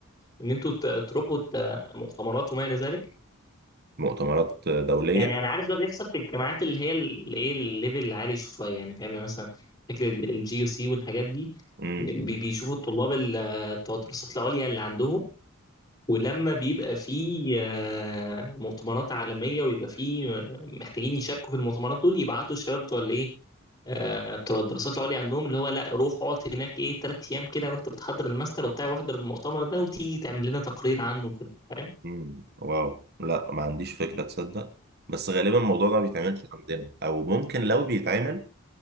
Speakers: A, on the left (about 25°); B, on the right (about 45°).
A: ان انتوا ت- تروحوا ت- مؤتمرات وما الى ذلك
B: مؤتمرات دولية
A: يعني انا عارف ده بيحصل في الجامعات اللي هي ال- اللي ايه الليفل العالي شوية يعني فاهم يعني مثلا فكرة الجي يو سي والحاجات دي
B: امم
A: بي- بيشوفوا الطلاب ال- آه، بتوع الدراسات العليا اللي عندهم ولما بيبقى فيه آه، مؤتمرات عالمية ويبقى فيه آه، محتاجين يشاركوا في المؤتمرات دول يبعتوا الشباب بتوع الايه آه، بتوع الدراسات العليا عندهم اللي هو لا روح اقعد هناك ايه تلات ايام كده وانت بتحضر الماستر وبتاع واحضر المؤتمر ده وتيجي تعمل لنا تقرير عنه كده فاهم؟
B: مم. واو لا ما عنديش فكرة تصدق بس غالبا الموضوع ده ما بيتعملش عندنا او ممكن لو بيتعمل